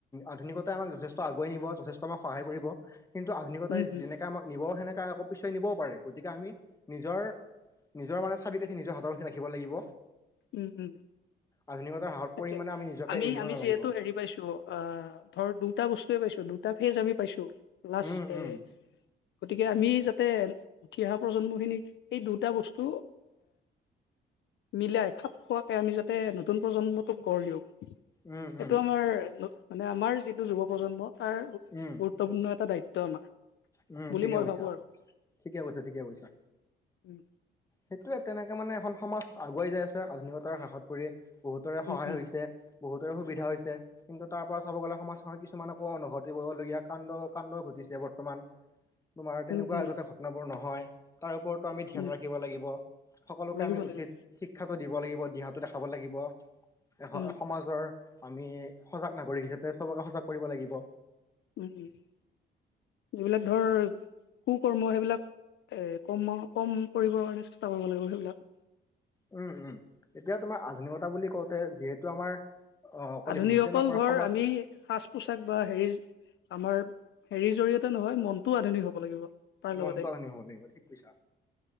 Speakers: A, on the left; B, on the left.
A: আধুনিকতাই আমাক যথেষ্ট আগুৱাই নিব যথেষ্ট আমাক সহায় কৰিব। কিন্তু আধুনিকতাই
B: উম উম
A: যেনেকে আমাক নিব সেনেকে আকৌ পিছোয়াই নিবও পাৰে গতিকে আমি নিজৰ নিজৰ মানে চাবি কাঠি নিজৰ হাতৰ ৰাখিব লাগিব।
B: উম উম
A: আধুনিকতাৰ হাৰত
B: তাকে
A: পৰি মানে নিজকে
B: আমি
A: এৰি দিব
B: আমি
A: নালাগিব।
B: যিহেতু হেৰি পাইছো অ ধৰ দুটা বস্তুয়ে পাইছো দু টা ফেজ আমি পাইছো লাষ্ট
A: উম
B: এ
A: উম
B: গতিকে আমি যাতে উঠি অহা প্ৰজন্মখিনিক এই দুটা বস্তু মিলাই খাপ খোৱাকে আমি যাতে নতুন প্ৰজন্ম ক গঢ় দিয়ক
A: উম
B: সেইটো
A: উম
B: আমাৰ মানে আমাৰ যিটো যুৱ প্ৰজন্ম তাৰ গুৰুত্বপূৰ্ণ
A: উম
B: এটা দায়িত্ব আমাৰ
A: উম
B: বুলি
A: ঠিকে
B: মই
A: কৈছা,
B: ভাবো আৰু
A: ঠিকে কৈছা, ঠিকে কৈছা।
B: উম
A: সেইটোৱে তেনেকে মানে এখন সমাজ আগুৱাই যাই আছে আধুনিকতাৰ হ্ৰাসত পৰি বহুতৰে সহায়
B: উম উম
A: হৈছে। বহুতৰে সুবিধা হৈছে কিন্তু তাৰ পৰা চাব গ'লে সমাজখনত কিছুমানকো নঘটিবলগীয়া কাণ্ড কাণ্ড ঘটি বৰ্তমান তোমাৰ তেনেকুৱা
B: উম উম
A: যাতে ঘটনাৰ নহয় তাৰ ওপৰতো আমি ধ্যান
B: উম
A: ৰাখি। ৰাখিব লাগিব সকলোকে
B: লাগিব
A: আমি উচিত
B: লাগিব
A: শিক্ষাটো দিব লাগিব দিহাটো দেখাব লাগিব। এ
B: উম
A: সমাজৰ আমি সজাগ নাগৰিক হিচাপে সবকে সজাগ কৰিব লাগিব।
B: উ যিবিলাক ধৰ কু কৰ্ম সেইবিলাক। এ কমাহ কম কৰিবৰ কাৰণে চেষ্টা কৰিব লাগিব সেইবিলাক।
A: উম উম এতিয়া তোমাৰ আধুনিকতা বুলি কওঁতে যিহেতু আমাৰ অ অকল
B: আধুনিক
A: হিন্দীতে
B: অকল
A: নপৰে
B: ধৰ
A: সমাজ
B: আমি সাজ পোছাক বা হেৰি আমাৰ হেৰিৰ জৰিয়তে নহয় মনটোও আধুনিক হ'ব লাগিব। তাৰ
A: মনটো
B: লগতে
A: আধুনিক হ'ব লাগিব ঠিক কৈছা,